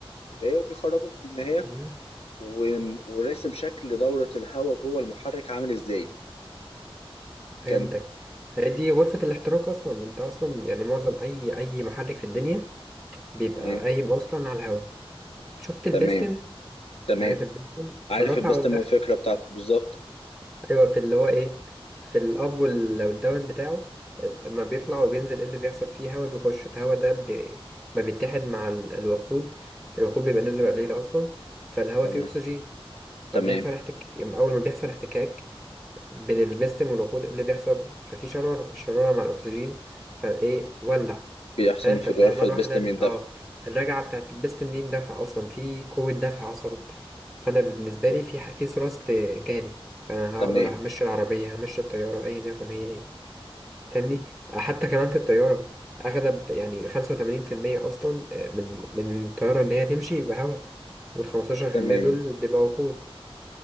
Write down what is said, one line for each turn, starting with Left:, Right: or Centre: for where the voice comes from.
Left: البدايه وبيخرجه في النهايه
Centre: أيوه
Left: و- وراسم شكل دوره الهواء جوه المحرك عامل ازاي
Centre: فهمتك
Left: كان
Centre: هي دي غرفة الاحتراق أصلا أنت أصلا يعني معظم أي أي محرك في الدنيا بيبقى
Left: تمام
Centre: قايم أصلا على الهواء شفت البستم
Left: تمام تمام
Centre: عارف البستن
Left: عارف
Centre: في الرفع
Left: البيست
Centre: والدفع
Left: من الفكرة بتاعته بالظبط
Centre: ايوه في اللي هو ايه في الاب وال- والداون بتاعه لما بيطلع وبينزل ايه اللي بيحصل فيه هوا بيخش الهوا ده بي... ما بيتحد مع ال- الوقود الوقود بيبقى نسبة قليلة اصلا فالهوا
Left: تمام
Centre: فيه اكسجين فبيحصل
Left: تمام
Centre: احتك... أما اول ما بيحصل احتكاك بين البستم والوقود اللي بيحصل ففي شرارة الشرارة مع الأكسجين فإيه ولع
Left: بيحصل
Centre: فاهم
Left: انفجار
Centre: فتلاقي
Left: فالبيست
Centre: مرة واحدة
Left: من
Centre: ال-
Left: يندفع
Centre: اه الرجعة بتاعت البستم دي اندفع أصلا في قوة دفع حصلت فأنا بالنسبة
Left: بالظبط
Centre: لي في ح- في ثراست جالي فأنا
Left: تمام
Centre: هقدر همشي العربية همشي الطيارة أيا يكن هي إيه فاهمني حتى كمان في الطيارة أغلب يعني خمسة وتمانين في المية أصلا آه، من من الطيارة إن هي تمشي بهواء والخمستاشر
Left: تمام
Centre: في المية دول بيبقى وقود